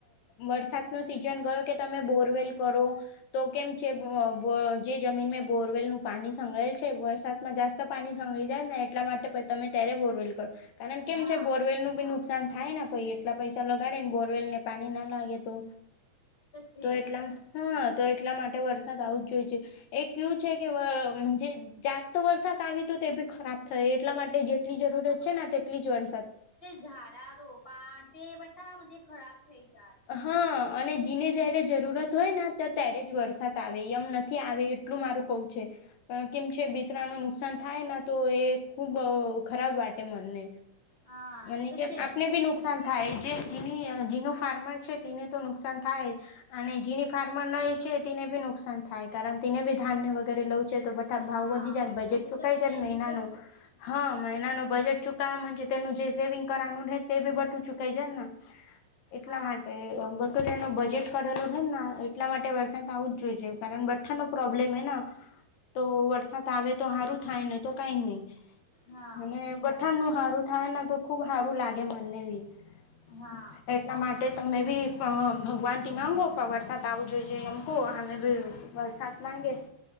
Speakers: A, on the left; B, on the left.
A: વરસાદ નો સિઝન ગયો કે તમે બોરવેલ કરો તો કેમ છે જે જમીન બોરવેલ નું પાણી સંગૃળેલ છે વરસાદમાં જાત પાણી સંંગળી જાય ને એટલા માટે તમે ત્યારે બોરવેલ કરો કારણ કેમ
B: હા
A: છે બોરવેલ નું બી નુકસાન થાયને કોઈ એટલા પૈસા લગાડે ને બોરવેલ ને પાણી ના લાગે તો
B: છે
A: તો
B: જ
A: એટલા હા તો એટલા માટે વરસાદ આવું જ જોઈ છે એક એવુ છે કેજ જાસ્ત વરસાદ આવી તો તે બી ખરાબ થઈ એટલા માટે જેટલી જરૂરત છે ને તેટલી જ વર્
B: ઝાડા રોપાણ તે બધા ખરાબ થઈ જાય
A: હા અને જીને જયારે જરૂરત હોય ત્યારે જ વરસાદ આવે એમ નથી આવે એટલું મારું કેવુવ છે પણ કેમ છે બિસરા ન નુકસાન થાય તો એ ખૂબ ખરાબ વાટે મનને
B: હા
A: મ
B: તે તો
A: કેમ
B: છે
A: આપને બી નુકસાન નુકસાન થાય જે ઘીની જીનો ફાર્મર છે તેને તો નુકસાન થાય અને જે ફાર્મર નહી ઈચ્છે તેને બી નુકસાન થાય કારણ તેને બી ધાન ને વગેરે લઉ તો બા ભાવ
B: હા
A: વધી જાય બજેટ
B: તે
A: ચુકાઈ
B: તો છે
A: જાય મહિનાનું હા મહિના ન બજેટ ચુકાઈ તેનું જે સેવિંગ કરવાનું તે બી બધુ ચુકાઈજાય એટલા
B: હા
A: માટે તો તેનું બજેટ કરેલોું છેને એટલા માટે વરસાદ આવું જ જોઈ છે કારણ બથ્ઠાનો પ્રોબ્લેમ હ તો વરસાદ આવે તો સારું થાય ને તો કઈ નહી
B: હા
A: અને બઠાણ નું સારું થાય તો ખુબ સારું લાગે મનને બી એટ
B: હા
A: એટલા માટે તમે બી ભગવાનથી માગો પણ વરસાદ આવું જોઈએઈએ એમ કહો આમે બી વરસાદ માગે